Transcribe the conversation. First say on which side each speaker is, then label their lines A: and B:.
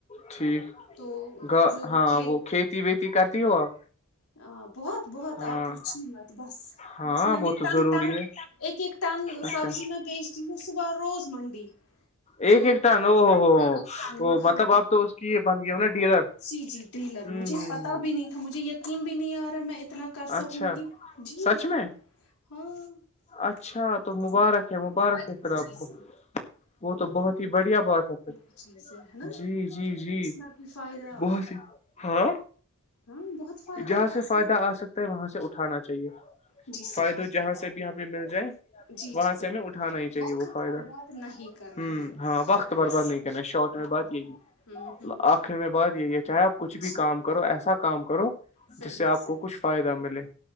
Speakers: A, on the left; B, on the left.
A: ٹھیک
B: تو
A: گ
B: وہ بھی
A: ہاں
B: کھیل
A: وہ کھیتی ویتی کرتی ہو آپ
B: ہ بہت بہت
A: ہاں
B: آپ پوچھی مت بس
A: ہاں
B: بس میں
A: وہ
B: نے
A: تو
B: ٹنگ
A: ضروری
B: ٹنگ
A: ہے
B: <inaudible> ایک ایک ٹن
A: اچھا
B: سبزی میں بیچتی ہوں صبح روز منڈی
A: ایک
B: تو
A: ایک ٹن او ہو
B: ایک ٹن
A: ہو
B: ہاں
A: مطلب آپ تو اس کی بن گئے ہو نا ڈیلر
B: جی جی ڈیلر
A: ہ ہ
B: مجھے پتا
A: ہ
B: بھی نہیں تھا مجھے یقین بھی نہیں آ رہا میں اتنا کر سکوں
A: اچھا
B: گی جی
A: سچ
B: ہاں
A: میں
B: ہاں
A: اچھا
B: بہت
A: تو مبارک ہے مبارک
B: فائد
A: ہے پھر
B: اس
A: آپ
B: چیز
A: کو
B: <inaudible>
A: وہ تو بہت ہی بڑھیا بات ہے پھر
B: ت چیز ہے نا
A: جی جی
B: <inaudible>
A: جی
B: ف فائدہ <inaudible>
A: بہت ہی ہاں
B: ہاں بہت فائدہ
A: جہاں
B: ہے
A: سے
B: اس
A: فائدہ
B: میں
A: آ سکتا ہے وہاں سے اٹھانا چاہیے
B: جی صحیح
A: فائدہ جہاں سے بھی آ پہ مل جائے
B: جی
A: وہاں
B: جی بالکل
A: سے ہمیں اٹھانا ہی چاہیے
B: وقت
A: وہ فائدہ
B: برباد نہیں کرنا
A: ہ
B: ہے
A: ہاں وقت برباد
B: بس
A: نہیں کرنا شارٹ
B: ہوں
A: بات یہی ہے
B: ہوں ہوں
A: آخر میں بات یہی ہے چاہے آپ کچھ
B: جی
A: بھی کام کرو ایسا کام کرو
B: صحیح
A: جس سے آپ
B: صحیح
A: کو کچھ فائدہ ملے